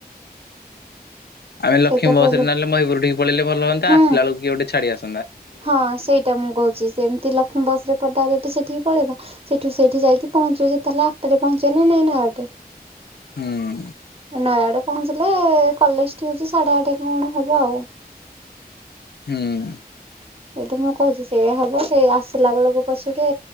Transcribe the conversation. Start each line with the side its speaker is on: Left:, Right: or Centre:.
Left: ଆମେ ଲଷ୍ମୀ
Right: ସେଇଟା
Left: ବସରେ
Right: ପ୍ରୋବ୍ଲେମ
Left: ନହେଲେ ମହୀପୁର ଠିକି ପଳେଇଲେ ଭଲ ହନ୍ତା
Right: ହଁ
Left: ଆସିଲା ବେଳକୁ କିଏ ଗୋଟେ ଛାଡ଼ିଆସ।
Right: ହଁ ସେଇଟା ମୁଁ କହୁଛି ସେମତି ଲକ୍ଷ୍ମୀ ବସରେ। ଡାଇରେକ୍ଟେ ସେଠିକି ପଳେଇବା ସେଠୁ ସେଇଠି ଯାଇକି ପହଞ୍ଚିବ ଯେତେ ହେଲେ ଆଠଟାରେ ପହଞ୍ଚିବ ନା ନାଇଁ ନଅ ଟେ।
Left: ହୁଁ।
Right: ନୟାଗଡ ପହଞ୍ଚିଲେ କଲେଜ ଠି ହଉଛି ସାଢେ ଆଠେ କଣ ହବ ଆଉ।
Left: ହୁଁ।
Right: ଏଇଟି ମୁଁ କହୁଛି ସେୟା ହବ ସେ ଆସିଲା ବେଳକୁ ପଛକେ